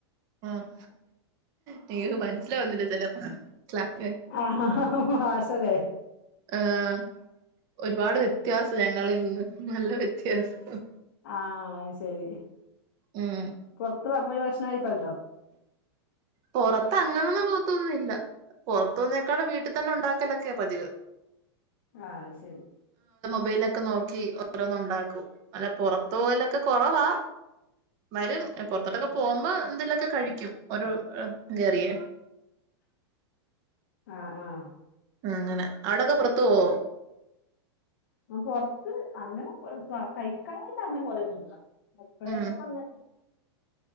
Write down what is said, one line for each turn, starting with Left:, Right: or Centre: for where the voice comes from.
Right: ആഹ നീ മനസ്സിലാവുന്നിില്ല ചിലപ്പാണ് സ്ലാപ്പ
Left: ആഹ് മാഷല്ലേ
Right: ആഹ ഒരുപാട് വ്യത്യാസം ഞങ്ങളിന്ന് നല്ല വ്യത്യാസം
Left: ആഹത് ശരി
Right: ഉം
Left: പുൊറത്ത് പോ യി ഭക്ഷണം കയികേണ്ടോ
Right: പുൊറത്ത് അങ്ങനൊന്നും പോത്തൊന്നുംല്ല പുറത്തുന്നേക്കാള് വീട്ടിൽ തന്നെ ഉണ്ടാക്കലൊക്കെയാ പതിവ്
Left: ആഹ ശരി
Right: മബയിലൊക്കെ നോക്കി ഓരോന്ന ഉണ്ടാക്കും അല്ലെ പുറത്ത പോലൊക്കെ കുറവാ വരും പൊറത്തോട്ടൊക്കെ പോകുമ്പോ എന്തെലൊക്കെ കഴിക്കും ഒരു കേയറിയെ
Left: ആഹ ആഹ
Right: ഉം അങ്ങനെ അവിടൊക്കെ പുറത്തു പോ
Left: ന പുൊറത്ത് അങ്ങനെ കഴിക്കാട്ട അങ്ങനെ പോലെ എപ്പപ്ലെലോകുന്ന
Right: ഉം